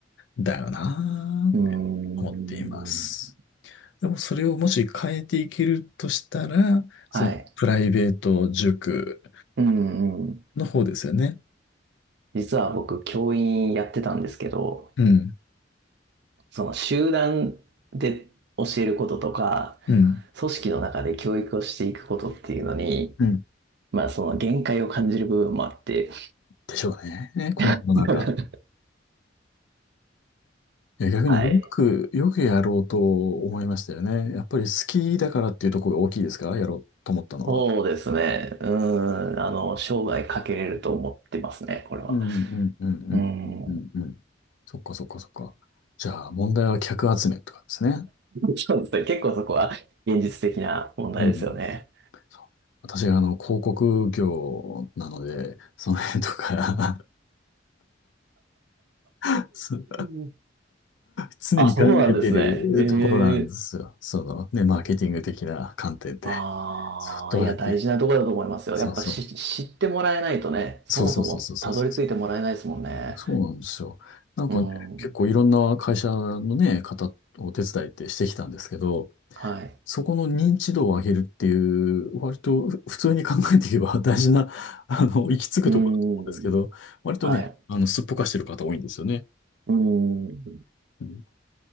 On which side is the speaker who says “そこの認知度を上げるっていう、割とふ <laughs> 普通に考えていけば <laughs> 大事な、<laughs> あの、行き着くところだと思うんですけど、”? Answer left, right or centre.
Left